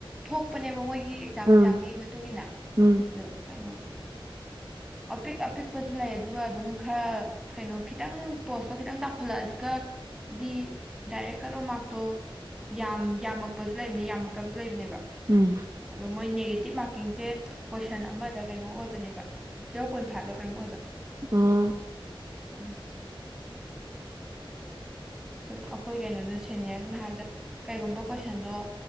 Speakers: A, in the centre; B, on the right.
A: ꯊꯣꯛꯄꯅꯦꯕ ꯃꯣꯏꯒꯤ ꯑꯦꯛꯖꯥꯝ
B: ꯎꯝ
A: ꯑꯦꯛꯖꯥꯝꯒꯤ ꯃꯇꯨꯡ ꯏꯟꯅ
B: ꯎꯝ
A: ꯗꯣ ꯀꯩꯅꯣ ꯑꯄꯤꯛ ꯑꯄꯤꯛꯄꯖꯨ ꯂꯩ ꯑꯗꯨꯒ ꯑꯗꯨꯝ ꯈꯔ ꯀꯩꯅꯣ ꯈꯤꯇꯪ ꯄꯣꯁꯇꯣ ꯈꯤꯇꯪ ꯆꯥꯎꯈꯠꯂꯛ ꯑꯗꯨꯒ ꯗꯤ ꯗꯥꯏꯔꯦꯛ ꯀꯠ ꯑꯣꯞ ꯃꯥꯔꯛꯇꯣ ꯌꯥꯝ ꯌꯥꯝꯃꯛꯄꯖꯨ ꯂꯩꯕꯅꯦ ꯌꯥꯝꯃꯛꯇꯕꯖꯨ ꯂꯩꯕꯅꯦꯕ
B: ꯎꯝ
A: ꯑꯗꯣ ꯃꯣꯏ ꯅꯦꯒꯦꯇꯤꯚ ꯃꯥꯔꯀꯤꯡꯖꯦ ꯀꯣꯏꯁꯟ ꯑꯃꯗ ꯀꯩꯅꯣ ꯑꯣꯏꯕꯅꯦꯕ ꯖꯦꯔꯣ ꯄꯣꯏꯟ ꯐꯥꯏꯚꯂ ꯀꯩꯅꯣꯝ ꯑꯣꯏꯕ
B: ꯑꯣ
A: ꯑꯗꯨꯒꯤ ꯁꯨꯝ ꯑꯈꯣꯏ ꯀꯩꯅꯣꯅ ꯁꯦꯅꯤꯌꯔꯗꯨꯅ ꯍꯥꯏꯕꯗ ꯀꯩꯒꯨꯝꯕ ꯀꯣꯏꯁꯟꯗꯣ